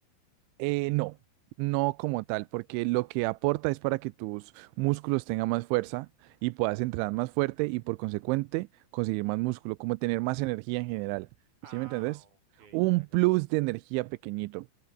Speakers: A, on the right (about 85°); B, on the right (about 50°).
A: Eh, no, no como tal, porque lo que aporta es para que tus músculos tengan más fuerza y puedas entrenar más fuerte y por consecuente conseguir más músculo, como tener más energía en general.
B: Ah,
A: ¿Sí me entendés?
B: ok,
A: Un
B: ya, ya.
A: plus de energía pequeñito